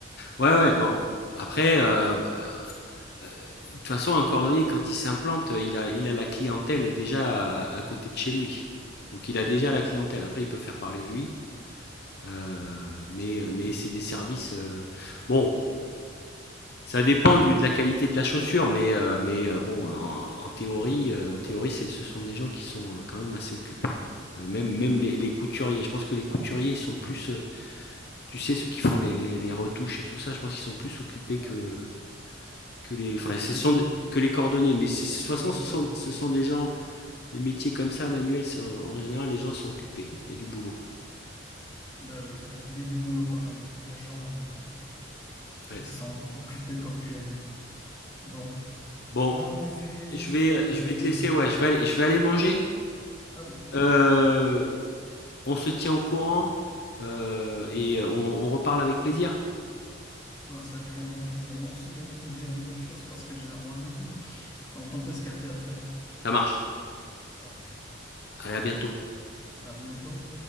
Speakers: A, on the left; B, on the left.
A: ouais, ouais, bon. Après, euh, bah, euh, de toute façon, un cordonnier, quand il s'implante, euh, il a, il a la clientèle déjà à, à côté de chez lui. Donc, il a
B: Oui,
A: déjà la clientèle. Après, il peut faire parler de lui. Heu, mais euh, mais c'est des services, heu, bon, ça dépend du de la qualité de la chaussure, mais heu, mais heu, bon, en en théorie, heu, en théorie, c'est ce sont des gens qui sont, euh, quand même assez occupés. Heu, même même les les couturiers, je pense que les couturiers sont plus, heu, tu sais, ceux qui font les les les retouches et tout ça, je pense qu'ils sont plus occupés
B: ah
A: que
B: oui,
A: que les
B: que,
A: enfin, ce
B: que
A: sont
B: les...
A: des que les cordonniers, mais c'est de toute façon,
B: oui, tout
A: ce sont
B: à fait.
A: ce sont des gens les métiers comme ça manuels, c'est en général, les gens sont occupés, il y a du boulot.
B: Ben oui, euh, il y a du boulot quand même. Donc, les gens, ils, euh,
A: Ouais.
B: ils sont occupés, comme tu as dit. Donc
A: Bon,
B: là, en effet,
A: je vais,
B: euh,
A: je vais te laisser, ouais, je vais aller je vais aller manger.
B: ah oui,
A: Euh, on se tient au courant euh, et on, on reparle avec plaisir.
B: ben, c'est avec un grand plaisir. Moi aussi, j'allais te dire la même chose parce que j'ai un rendez-vous. Donc on peut se capter après.
A: Ça marche.
B: Parfait.
A: Allez, à bientôt.
B: À bientôt.